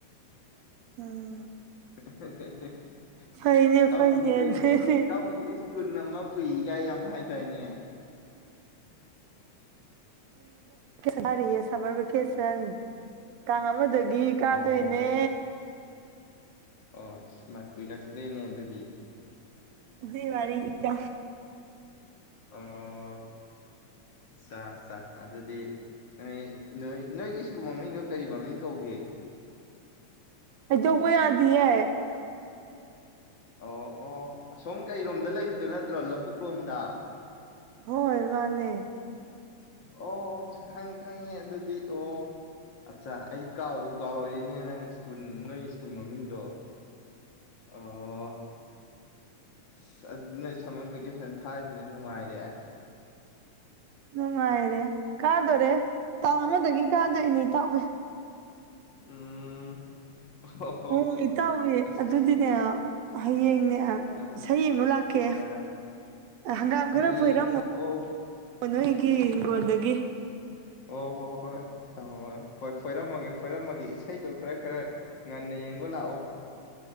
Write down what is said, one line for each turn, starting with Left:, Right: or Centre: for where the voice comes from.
Right: ꯎꯝ
Left: <inaudible>
Right: ꯐꯩꯅꯦ
Left: ꯏꯇꯥꯎꯕꯤꯗꯤ
Right: ꯐꯩꯅꯦ
Left: ꯀꯔꯤ
Right: ꯑꯗꯨꯗꯤ
Left: ꯇꯥꯎꯕꯤꯁꯤ ꯁ꯭ꯀꯨꯜ ꯑꯃ ꯄꯨꯏꯒ ꯌꯥꯝ ꯍꯥꯏ ꯗꯥꯏꯅꯦ
Right: ꯄꯨꯔꯤꯌꯦ ꯁꯝꯃꯔ ꯚꯦꯀꯦꯁꯟ ꯇꯥꯡ ꯑꯃꯗꯩ ꯒꯤ ꯀꯥꯗꯣꯏꯅꯦ
Left: ꯑꯣ ꯑꯣ ꯁꯤꯃ ꯀꯨꯏꯔꯛꯇ꯭ꯔꯦꯅꯦ ꯑꯗꯨꯗꯤ
Right: ꯑꯗꯨꯏꯋꯥꯔꯤꯅꯤꯗ
Left: ꯑꯣ ꯑꯆꯥ ꯑꯆꯥ ꯑꯗꯨꯗꯤ ꯅꯣꯏ ꯅꯣꯏ ꯅꯣꯏꯒꯤ ꯁ꯭ꯀꯨꯜ ꯃꯃꯤꯡꯗꯣ ꯀꯔꯤ ꯃꯃꯤꯡ ꯀꯧꯒꯦ
Right: ꯍꯥꯏꯗꯣꯛꯄ ꯌꯥꯗꯤꯌꯦ
Left: ꯑꯣ ꯑꯣ ꯑꯁꯣꯝ ꯀꯩꯔꯣꯝꯗ ꯂꯩꯕꯗꯨ ꯅꯠꯇ꯭ꯔꯣ ꯂꯧꯕꯨꯛ ꯂꯣꯝꯗ
Right: ꯍꯣꯏ ꯃꯥꯅꯦ
Left: ꯑꯣ ꯈꯪꯉꯦ ꯈꯪꯉꯦ ꯑꯗꯨꯗꯤ ꯑꯣ ꯑꯠꯆꯥ ꯑꯩ ꯀꯥꯎꯕ ꯀꯥꯎꯔꯦꯅꯦ ꯅꯪ ꯁ꯭ꯀꯨꯜ ꯅꯣꯏ ꯁ꯭ꯀꯨꯜ ꯃꯃꯤꯡꯗꯣ ꯑꯣ ꯑꯁ ꯑꯗꯨ ꯅꯣꯏ ꯁꯝꯃꯔ ꯚꯦꯀꯦꯁꯟ ꯊꯥꯔꯤꯕꯅꯤꯅ ꯅꯨꯡꯉꯥꯏꯔꯦ
Right: ꯅꯨꯡꯉꯥꯏꯔꯦ ꯀꯥꯗꯣꯔꯦ ꯇꯥꯡ ꯑꯃꯗꯒꯤ ꯀꯥꯗꯣꯏꯅꯦ ꯏꯇꯥꯎꯕꯤ
Left: ꯎꯝ ꯑꯣ ꯍꯣ
Right: ꯎꯝ ꯏꯇꯥꯎꯕꯤ
Left: ꯑꯁ
Right: ꯑꯗꯨꯗꯤꯅꯦ ꯍꯌꯦꯡꯅꯦ
Left: ꯑꯥ
Right: ꯏꯁꯩ ꯌꯦꯡꯕ ꯂꯥꯛꯀꯦ
Left: ꯑꯥ
Right: ꯍꯪꯒꯥꯝ ꯈꯥꯔ
Left: ꯍꯌꯦꯡ
Right: ꯐꯣꯏꯔꯝꯃꯨ
Left: ꯑꯣ
Right: ꯅꯣꯏꯒꯤ ꯍꯤꯡꯒꯣꯜꯗꯒꯤ
Left: ꯑꯣ ꯍꯣ ꯍꯣ ꯍꯣꯏ ꯍꯣꯏ ꯐꯣꯏꯔꯝꯃꯒꯦ ꯐꯣꯏꯔꯝꯃꯒꯦ ꯏꯁꯩꯗꯣ ꯈꯥꯔ ꯈꯥꯔ ꯉꯟꯅ ꯌꯦꯡꯕ ꯂꯥꯛꯎ